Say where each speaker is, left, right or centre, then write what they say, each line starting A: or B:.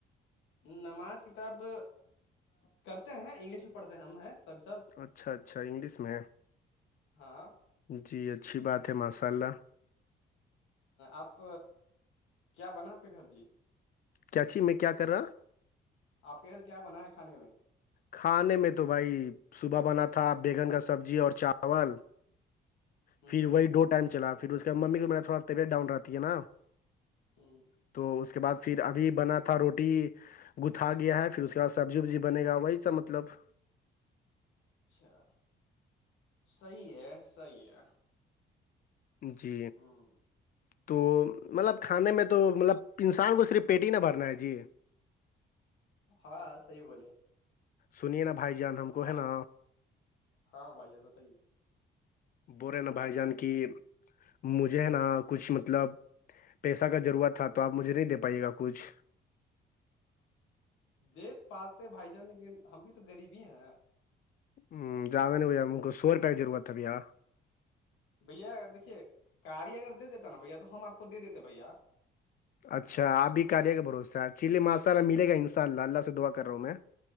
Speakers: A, on the left; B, on the left.
A: نماز کتاب کرتے ہیں انگلش میں پڑھتے ہیں ہم ہیں سبھی سب
B: اچھا اچھا انگلش میں ہے
A: ہاں
B: جی اچھی بات ہے ماشاء اللہ
A: آپ کیا بنا آپ کے گھر جی
B: کیاچھی میں کیا کر رہا
A: آپ کے گھر کیا بنا ہے کھانے میں
B: کھانے میں تو بھائی صبح بنا تھا بیگن کا سبزی اور چاول
A: ہوں
B: پھر وہی دو ٹائم چلا پھر اس کے بع ممی کے تھوڑا طبعت ڈاؤن رہتی ہے نا
A: ہ
B: تو اس کے کے بعد پھر ابھی بنا تھا روٹی گھا گیا ہے پھر اس کے بعد سبزی وبزی بنے گا وہی اس کا مطلب
A: اچھا صحیح ہے صحیح ہے
B: جی
A: ہ
B: تو مطلب کھانے میں تو مطلب انسان کو صرف پیٹ ہی نہ بھرنا ہے جی
A: ہاں صحیح بولے
B: سنیا بھائی جان ہم کو ہے
A: اور
B: نا
A: ہاں بھائی ار بتائیے
B: بورے ن بھائی جان کی مجھے ہے نا کچھ مطلب پیسہ کا ضرورت تھا تو آپ مجھے نہیں دے پائیے گا کچھ
A: دیکھ پاتے بھائی جان لیکن ہم بھی تو غریب ہی ہیں
B: ہوں زیادہ نہیں بھیا م کو سو روپ کی ضرورت تھا بھیا
A: بھیا دیکھیے کاری اگر دے دیتا نا بھیا تو ہم آپ کو دے دیتے بھیا
B: اچھا آپ بھی کریے گ بھروسہ چللی مسالہ ملے گا انشاء اللہ اللہ سے دعا کر رہا ہوں میں